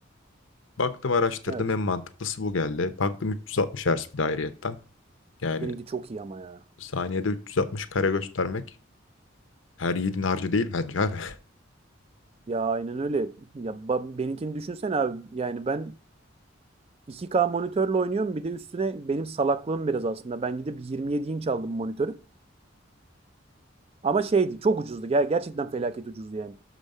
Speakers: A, on the left; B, on the right.
A: Baktım araştırdım
B: Evet.
A: en mantıklısı bu geldi. Baktım 360 Hz bir dairiyetten. Yani
B: Seninki çok iyi ama ya.
A: saniyede 360 kare göstermek her yiğidin harcı değil bence abi.
B: Ya aynen öyle. Ya ba- benimkini düşünsene abi. Yani ben iki k monitörle oynuyorum. Bir de üstüne benim salaklığım biraz aslında. Ben gidip 27 inç aldım monitörü. Ama şeydi çok ucuzdu. Ger- gerçekten felaket ucuzdu yani.